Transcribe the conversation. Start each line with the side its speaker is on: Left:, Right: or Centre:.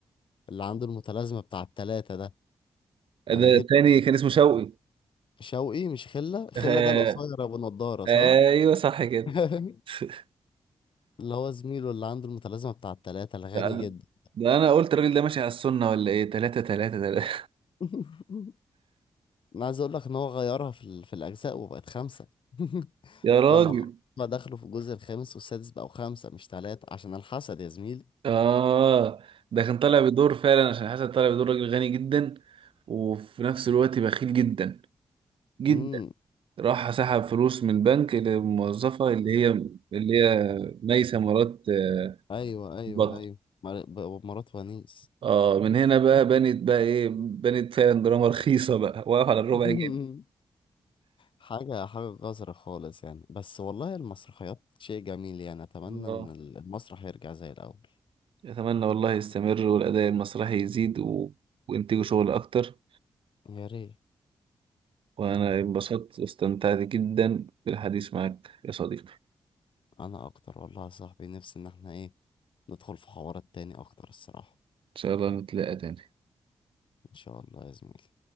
Left: اللي عنده المتلازمة بتاع التلاتة ده
Right: ده
Left: أنا جبت
Right: التاني كان اسمه شوقي
Left: شوقي مش خلة خلة
Right: آه،
Left: ده القصير أبو نضارة صح؟
Right: ايوه صح كده
Left: <laughs>
Right: <laughs>
Left: اللي هو زميله اللي عنده المتلازمة بتاع التلاتة الغني
Right: ده, ده
Left: جدا
Right: ده انا قلت الراجل ده ماشي على السنه ولا ايه تلاتة تلاتة تلاتة
Left: <laughs> أنا عايز أقول لك إن هو غيرها في, ال... في الأجزاء وبقت خمسة <laughs>
Right: <laughs> يا راجل
Left: لما خ- ما دخلوا في الجزء الخامس والسادس بقوا خمسة مش تلاتة عشان الحسد يا زميلي
Right: اه ده كان طالع بدور فعلا عشان حسن طالع بدور راجل غني جدا وفي نفس الوقت بخيل جدا
Left: <laughs>
Right: جدا
Left: امم
Right: راح سحب فلوس من بنك للموظفة اللي هي اللي هي ميسة مرات آه،
Left: أيوه أيوه
Right: بطل
Left: أيوه مر... ب- مرات ونيس
Right: اه من هنا بقى بنت بقى ايه بنت فعلا دراما رخيصة بقى واقف على الربع
Left: <laughs>
Right: جنيه
Left: حاجة حاجة قذرة خالص يعني بس والله المسرحيات شيء جميل يعني أتمنى
Right: اه
Left: إن ال- المسرح يرجع زي الأول
Right: أتمنى والله يستمر والأداء المسرحي يزيد و... وإنتجوا شغل أكتر
Left: يا ريت
Right: وأنا انبسطت واستمتعت جدا بالحديث معك يا صديقي إن
Left: أنا أكتر والله يا صاحبي نفسي إن احنا إيه ندخل في حوارات تاني أكتر الصراحة
Right: شاء الله نتلاقى تاني
Left: إن شاء الله يا زميلي